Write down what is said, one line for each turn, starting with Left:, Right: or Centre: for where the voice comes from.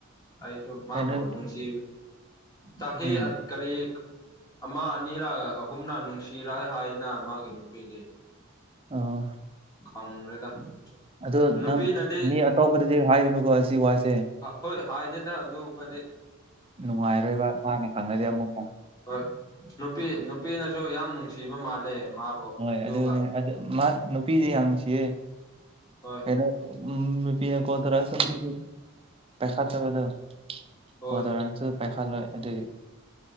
Left: ꯑꯩꯁꯨ ꯃꯥꯕꯨ
Right: ꯀꯩꯅꯣ
Left: ꯅꯨꯡꯁꯤ ꯆꯍꯤ
Right: ꯎꯝ
Left: ꯀꯔꯤ ꯑꯃ ꯑꯅꯤꯔ ꯑꯍꯨꯝꯔ ꯅꯨꯡꯁꯤꯔ ꯍꯥꯏꯅ ꯃꯥꯒ ꯅꯨꯄꯤꯗꯤ
Right: ꯑꫭ
Left: ꯈꯪꯗ꯭ꯔꯦꯗ
Right: ꯑꯗꯨ
Left: ꯅꯨꯄꯤꯅꯗꯤ
Right: ꯅꯪ ꯃꯤ ꯑꯇꯣꯞꯄꯗꯗꯤ ꯍꯥꯏꯒꯅꯨꯀꯣ ꯑꯁꯤ ꯋꯥꯁꯦ
Left: ꯑꯈꫭꯏ ꯍꯥꯏꯗꯦꯗ ꯑꯗꯨꯒꯨꯝꯕꯗꯤ
Right: ꯅꯨꯡꯉꯥꯏꯔꯣꯏꯕ ꯃꯥꯅ ꯈꯪꯉꯗꯤ ꯑꯃꯨꯛꯀꫭ
Left: ꯍꯣꯏ ꯅꯨꯄꯤ ꯅꯨꯄꯤꯅꯁꯨ ꯌꯥꯝ ꯅꯨꯡꯁꯤꯕ ꯃꯥꯜꯂꯦ ꯃꯥꯕꯨ
Right: ꯍꯣꯏ
Left: ꯑꯗꯨꯒ
Right: ꯑꯗꯨꯅꯦ ꯑꯗꯨ ꯃꯥ ꯅꯨꯄꯤꯗꯤ ꯌꯥꯝ ꯅꯨꯡꯁꯤꯌꯦ
Left: ꯍꯣꯏ
Right: ꯀꯩꯅꯣ ꯎꯝ ꯅꯨꯄꯤꯅ ꯀꯣꯜ ꯇꯧꯔꯁꯨ ꯃꯥꯗꯤ ꯄꯥꯏꯈꯠꯇꯕꯗꯣ
Left: ꯍꯣꯏ
Right: ꯀꯣꯜꯇꯧꯔꯁꯨ ꯄꯥꯏꯈꯠꯂꯣꯏ ꯑꯗꯨꯒꯤ